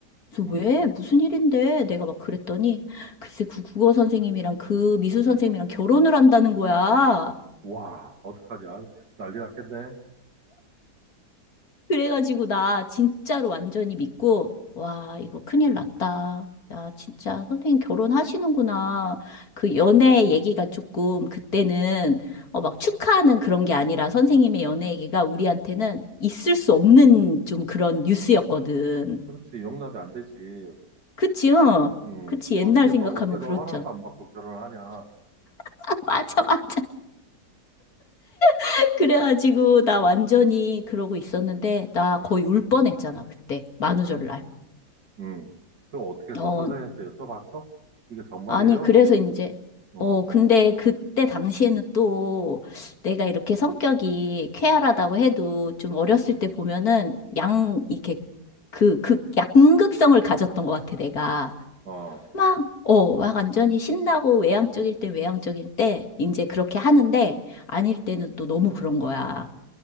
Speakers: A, on the left; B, on the right.
A: 그래서
B: 음,
A: 왜? 무슨 일인데? 내가 막 그랬더니 글쎄 그 국어 선생님이랑 그 미술 선생님이랑 결혼을 한다는 거야.
B: 와, 어떡하냐? 난리 났겠네.
A: 그래가지고 나 진짜로 완전히 믿고, 와, 이거 큰일 났다. 야, 진짜 선생님 결혼하시는구나. 그 연애 얘기가 조금 그때는 어, 막 축하하는 그런 게 아니라 선생님의 연애 얘기가 우리한테는 있을 수 없는 좀 그런 뉴스였거든.
B: 그렇지, 용납이 안 되지.
A: 그치, 어?
B: 음,
A: 그치, 옛날
B: 어떻게
A: 생각하면
B: 너, 어떻게 너
A: 그렇죠.
B: 허락도 안 받고 결혼을 하냐?
A: <laughs> 아, 맞아, 맞아. <laughs> 그래가지고 나 완전히 그러고 있었는데, 나
B: 음,
A: 거의 울 뻔했잖아, 그때. 만우절날.
B: 음. 그거 어떻게 했어?
A: 어,
B: 선생님한테 여쭤봤어? 이게 정말이에요?
A: 아니, 그래서
B: 하고,
A: 이제,
B: 어,
A: 어, 근데 그때 당시에는 또 내가 이렇게 성격이 쾌활하다고 해도 좀 어렸을 때 보면은 양, 이렇게 그, 극, 양극성을 가졌던 것 같아, 내가.
B: 어,
A: 막, 어, 막 완전히 신나고 외향적일 때 외향적일 때 이제 그렇게 하는데 아닐 때는 또 너무 그런 거야.